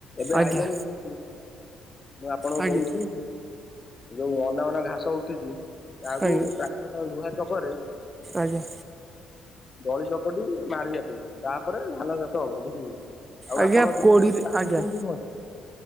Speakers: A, on the left (about 35°); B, on the right (about 25°).
A: ଏବେ
B: ଆଜ୍ଞା
A: ଆଇିଲଣି <unintelligible> ମୁଁ ଆପଣଙ୍କୁ
B: ଆଜ୍ଞା
A: କହୁଛି ଯୋଉ ଅନା ବନା ଘାସ ଉଠୁଛି ତାହାକୁ
B: ଆଜ୍ଞା
A: ଟ୍ରା କ୍ଟର ଲୁହା ଚକରେ
B: ଆଜ୍ଞା
A: ଦଳି ଚକଟି ମାରିବା ପାଇଁ ତାପରେ ଧାନ ଚାଷ ହବ ବୁଝିଲ। ଆଉ
B: ଆଜ୍ଞା
A: ଆପଣ ବିଲରେ
B: କୋଡ଼ିରେ
A: ପାଣି
B: ଆଜ୍ଞା
A: କେମିତି ରୁହନ୍ତି?